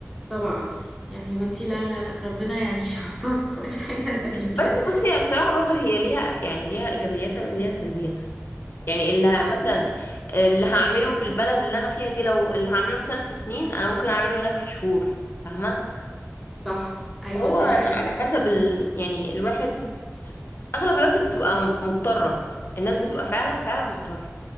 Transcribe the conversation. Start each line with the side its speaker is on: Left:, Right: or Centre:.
Centre: طبعا يعني يا بنتي لا لا لا ربنا يعني <laughs> يحفظنا من حاجه زي كده
Left: بس بصي بصراحة برضو هي ليها يعني ليها إيجابياتها وليها سلبياتها يعني اللي
Centre: صح
Left: ه- مثلا اللي هعمله في البلد اللي انا فيها دي لو اللي هعمله مثلا في سنين انا ممكن اعمله هناك في شهور فاهمه
Centre: صح ايوه
Left: هو
Centre: دي
Left: على
Centre: حقيقة
Left: على حسب ال... يعني الواحد اغلب الوقت بتبقى مضطره الناس بتبقى فعلا فعلا مضطره